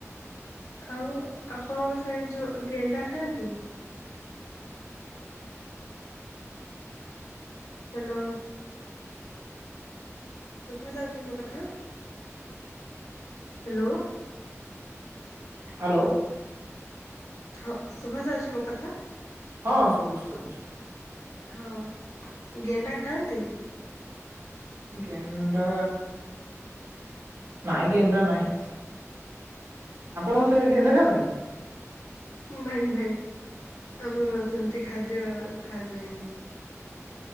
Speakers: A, on the left (about 85°); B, on the right (about 80°).
A: ଆଉ ଆପଣଙ୍କ ସେ ଯୋଉ ଗେଣ୍ଡା ଖାଆନ୍ତି? ହ୍ୟାଲୋ। ଶୁଭା ଯାଉଛି ମୋ କଥା? ହ୍ୟାଲୋ।
B: ହ୍ୟାଲୋ।
A: ହଁ ଶୁଭା ଯାଉଛି ମୋ କଥା?
B: ହଁ ଶୁଭୁଛି ଶୁଭୁଛି।
A: ହଁ ଗେଣ୍ଡା ଖାଆନ୍ତି?
B: ଗେଣ୍ଡା ନାଇଁ ଗେଣ୍ଡା ନାଇଁ ଆପଣଙ୍କ ସେଠି ଗେଣ୍ଡା ଖାଆନ୍ତି?
A: ନାଇଁ ନାଇଁ ଆମର ସେମିତି ଖାଦ୍ୟ ଖା ଯାଏନି।